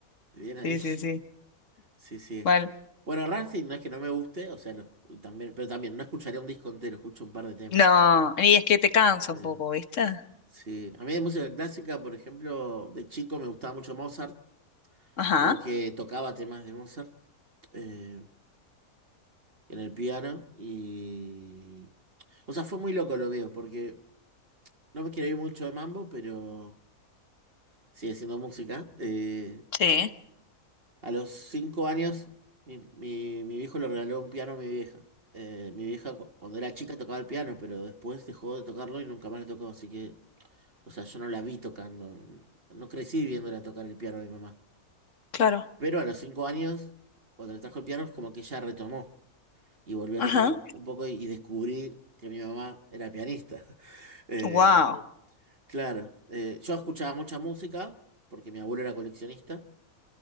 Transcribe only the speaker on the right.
bien ahí.
Sí, sí.
Bueno, Rammstein no es que no me guste, o sea, lo también, pero también no escucharía un disco entero, escucho un par de temas.
Eh,
sí, a mí de música clásica, por ejemplo, de chico me gustaba mucho Mozart,
porque tocaba temas de Mozart eh, en el piano y... O sea, fue muy loco lo mío, porque no me quiero ir mucho de mambo, pero sigue siendo música. eh,
A los cinco años, mi, mi, mi viejo le regaló un piano a mi vieja. Eh, mi vieja cu- cuando era chica tocaba el piano, pero después dejó de tocarlo y nunca más le tocó, así que, o sea, yo no la vi tocando. No crecí viéndola tocar el piano a mi mamá.
Pero a los cinco años, cuando le trajo el piano, es como que ella retomó y volvió
a tocar un un poco y, y descubrí que mi mamá era pianista. <laughs> Eh,
claro, eh, yo escuchaba mucha música porque mi abuelo era coleccionista.